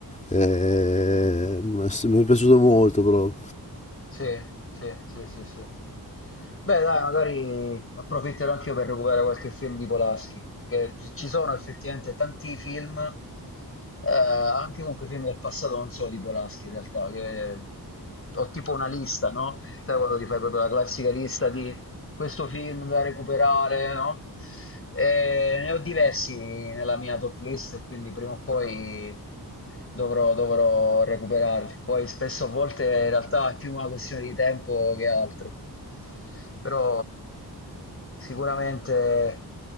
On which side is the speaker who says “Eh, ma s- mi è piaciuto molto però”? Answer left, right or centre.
Left